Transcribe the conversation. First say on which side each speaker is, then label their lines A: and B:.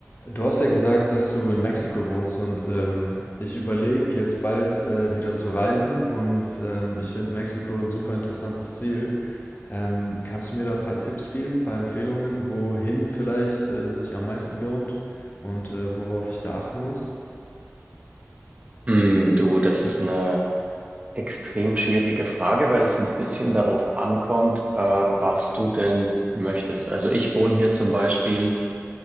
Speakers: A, on the left; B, on the right.
A: Du hast ja gesagt, dass du in Mexiko wohnst und ähm, ich überlege jetzt bald äh, wieder zu reisen und ähm, ich finde Mexiko ein super interessantes Ziel. Ähm, kannst du mir da ein paar Tipps geben, ein paar Empfehlungen, wohin vielleicht äh, sich am meisten lohnt und äh, worauf ich da achten muss?
B: Hm, du, das ist eine extrem schwierige Frage, weil es ein bisschen darauf ankommt, äh, was du denn möchtest. Also ich wohne hier zum Beispiel